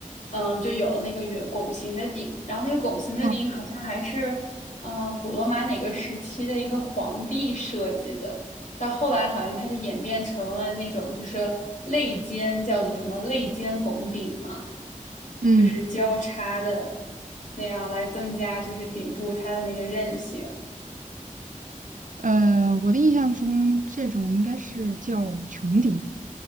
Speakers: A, on the left (about 70°); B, on the right (about 70°).
A: 嗯，就有那个圆拱形的顶，然后那个拱形的顶好像还是嗯、
B: 哦，
A: 呃古罗马哪个时期的一个皇帝设计的。到后来好像它就演变成了那种就是肋间叫做什么肋间拱顶嘛，
B: 嗯，
A: 就是交叉的那样来增加就是顶部它的那个韧性。
B: 呃，我的印象中这种应该是叫穹顶，